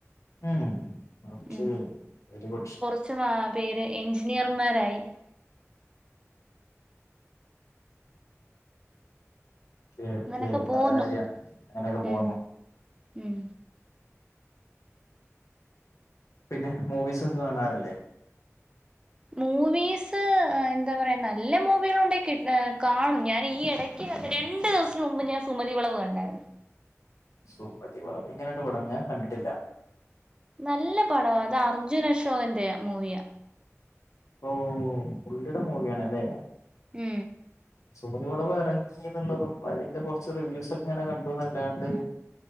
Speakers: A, on the left; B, on the right.
A: <unintelligible>
B: ഉം
A: വെരി ഗുഡ്.
B: <unintelligible> പേര് എഞ്ചിനീയർമാരായി.
A: ഓക്കെ ഓക്കേ
B: അങ്ങനൊക്കെ പോന്നു
A: നല്ല കാര്യം അങ്ങനെയൊക്കെ പോകുന്നു.
B: ഉം ഉം
A: പിന്നെ മൂവീസ് ഒക്കെ കാണാറല്ലേ?
B: മൂവീസ് എന്താ പറയാ നല്ല മൂവികളുണ്ട കിട്ട കാണും ഞാൻ ഈ ഇട രണ്ട് ദിവസത്തിന് മുമ്പ് ഞാൻ സുമതി വിളവ് കണ്ടായിരുന്നു.
A: സുമതി വളവ് എങ്ങനെയണ്ട് പടം ഞാൻ കണ്ടിട്ടില്ല.
B: നല്ല പടമാണ്. അത് അർജുൻ അശോകന്റെ മൂവിയ
A: ഓ പുള്ളിയുടെ മൂവിയണല്ലേ?
B: മ്
A: സുമതി വളവ് ഇറങ്ങി യുന്നുള്ളതും അതിന്റെ കൊറച്ച് റിവ്യൂസ് ഒക്കെ ഇങ്ങനെ കണ്ടു നല്ലാണ്ട്.